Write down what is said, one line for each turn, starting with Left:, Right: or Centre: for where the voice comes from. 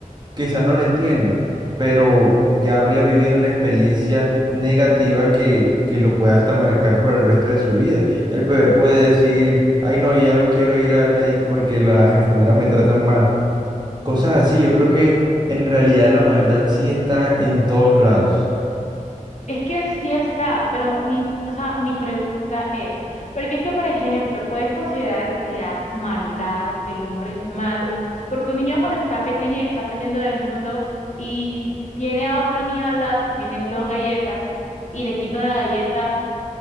Right: quizás no lo entienda, pero ya habría vivido una experiencia negativa que, que lo pueda hasta marcar por el resto de su vida. El bebé puede decir, ay no, ya no quiero ir al médico porque las enfermeras me tratan mal. Cosas así, yo creo que en realidad la maldad sí está en todos lados.
Left: Es que sí está, pero mi, o sea, mi pregunta es, porque es que, por ejemplo, puedes considerar en realidad maldad o que el hombre es malo, porque un niño cuando está pequeño y está aprendiendo del mundo y tiene a otro niño al lado que tiene dos galletas y le quita una galleta.